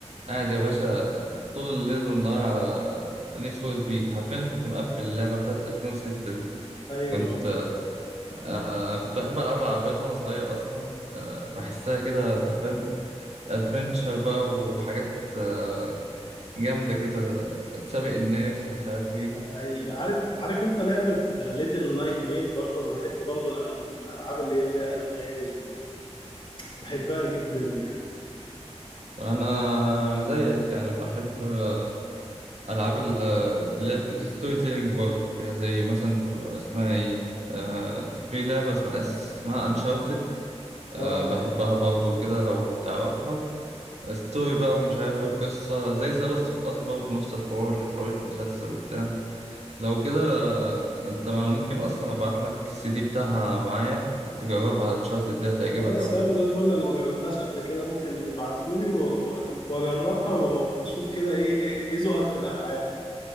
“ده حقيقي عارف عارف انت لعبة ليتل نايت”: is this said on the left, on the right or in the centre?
Left